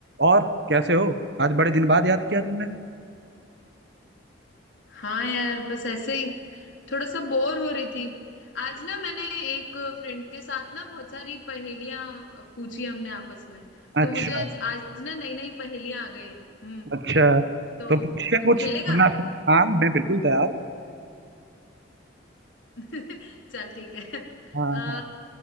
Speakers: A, on the right; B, on the left.
A: और कैसे हो आज बड़े दिन बाद याद किया तुमने
B: हाँ यार बस ऐसे ही थोड़ा सा बोर हो रही थी आज ना मैंने एक फ्रेंड के साथ ना बहुत सारी पहेलियां पूछी हमने आपस में तो
A: अच्छा
B: मुझे आज, आज ना नई नई पहेलियां आ गई हैं हम्म
A: अच्छा
B: तो
A: तो पूछिए
B: तू
A: कुछ
B: खेलेगा
A: वरना हाँ मैं बिल्कुल तैयार हूँ
B: <laughs> चल ठीक है
A: हाँ
B: आ,
A: हाँ